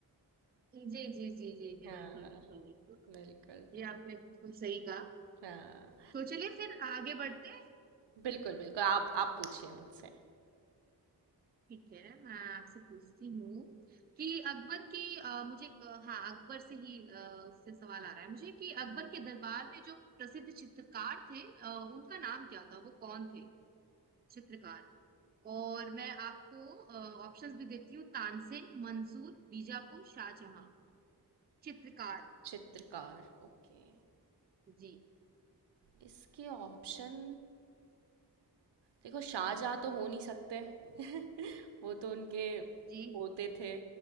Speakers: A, on the right (about 25°); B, on the right (about 85°).
A: जी जी जी जी जी
B: हाँ
A: बिल्कुल बिल्कुल बिल्कुल
B: बिल्कुल
A: ये आपने बिल्कुल सही कहा
B: हाँ
A: तो चलिए फिर आगे बढ़ते हैं
B: बिल्कुल बिल्कुल आप आप पूछिए मुझसे
A: ठीक है मैं आपसे पूछती हूँ कि अकबर की अ, मुझे एक, अ, हाँ अकबर से ही अ, उससे सवाल आ रहा है मुझे कि अकबर
B: हम्म।
A: के दरबार में जो प्रसिद्ध चित्रकार थे अ, उनका नाम क्या था वो कौन थे चित्रकार और मैं आपको ऑप्शंस भी देती हूँ तानसेन मंसूर बीजापुर शाहजहां चित्रकार
B: चित्रकार ओके
A: जी
B: इसके ऑप्शन देखो शाहजहाँ तो हो नहीं सकते <laughs> वो तो उनके
A: जी
B: पोते थे